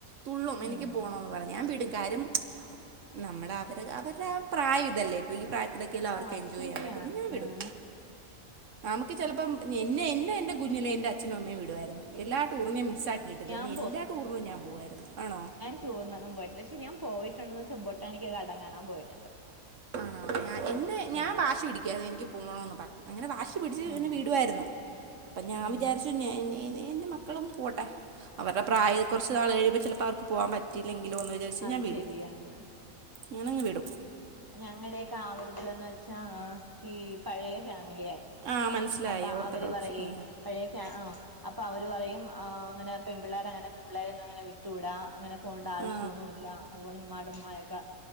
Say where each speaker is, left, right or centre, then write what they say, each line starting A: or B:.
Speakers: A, on the right; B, on the right.
A: തുള്ളും എനിക്ക്
B: ഉം
A: പോണോന്ന് പറഞ്ഞ് ഞാൻ വീടും കാരും നമ്മള് അവര് അവരുടെ ആ പ്രായം ഇതല്ലേ ഇപ്പൊ ഈ പ്രായത്തിലൊക്കെ അല്ലെ
B: ആഹ്
A: അവർക്ക്
B: അത്
A: എൻജോയ്
B: ശരിയാണ്
A: ചെയ്യാൻ പറ്റ്ന്ന് ഞാൻ വിടും
B: ആഹ്
A: നമുക്ക് ചെലപ്പം എന്നെ എന്നെ എന്റെ കുഞ്ഞിലേ എൻ്റെ അച്ഛനും അമ്മയും വിടുവായിരുന്നു എല്ലാ ടൂറും ഞൻ മിസ്സക്കിയിട്ടില്ല
B: ഞാൻ
A: മേ എല്ലാ ടൂറിനും ഞാൻ പോവായിരുന്നു ആണോ
B: ടറിനൊന്നും പോയിട്ടില്ല പക്ഷ ഞാൻ പോയിട്ടുണ്ടന്ന് വെച്ച ബൊട്ടാണിക്കൽ ഗാഡൻ കാണാൻ പോയിട്ടുണ്ട്
A: ആണോ ഞാൻ ഇന്ന് ഞാൻ
B: ഉം
A: വാശി പിടിക്കായിരുന്നു എനിക്ക് പോണോന്ന് പറഞ്ഞു അങ്ങനെ വാശി പിടിച്ച്
B: ഉം
A: എന്നെ വിടുവായിരുന്നു അപ്പം ഞാൻ
B: ഉം
A: വിചാരിച്ചു നി നി എൻറെ മ ക്കളും പോട്ടെ അവരുടെ പ്രായം കുറച്ച് നാൾ കഴിയുമ്പോ ചിലപ്പോ അവർക്ക് പോകാൻ പ റ്റിയില്ലെങ്കിലോന്ന് വിചാരിച്ഞാൻ
B: അത്
A: വിടും
B: ശരിയാണ്
A: ഞാനങ്ങ് വിടും
B: ഞങ്ങടെയക്കെ ആവൃതിലന്ന് വെച്ചാ ഈ പഴയ ഫാമിലി ആയിരുന്നു
A: ആ മനസ്സിലായി
B: അപ്പ
A: ഓർത്തഡോക്സ്
B: അവര് പറയെ
A: ആ
B: പഴയ ഫാ ആഹ് അപ്പൊ അവര് പറയും ആഹ് അങ്ങനെ പെൺ പിള്ളേരങ്ങനെ പെൺ പിള്ളേരൊന്നും അങ്ങനെ വിട്ടൂടാ അങ്ങനെ പോണ്ട ആവശ്യന്നുല്ല
A: ആ
B: അതുപോലെ ഉമ്മാടമ്മായൊക്കെ